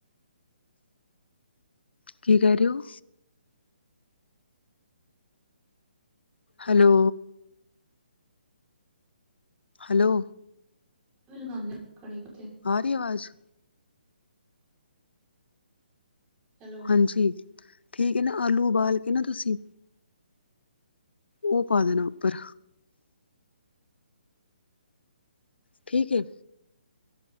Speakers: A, on the left; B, on the right.
A: ਕੀ ਕਹਿ ਰਹੇ ਹੋ? ਹੈਲੋ। ਹੈਲੋ।
B: ਤੁਸੀਂ ਵੀ ਲਗਾਂਦੇ ਓ ਕੜੀ ਪੱਤੇ।
A: ਆ ਰੀ ਐ ਆਵਾਜ਼।
B: ਹੈਲੋ
A: ਹਾਂਜੀ, ਠੀਕ ਏ ਨਾ, ਆਲੂ ਉਬਾਲ ਕੇ ਨਾ ਤੁਸੀਂ ਉਹ ਪਾ ਦੇਣਾ ਉੱਪਰ। ਠੀਕ ਏ।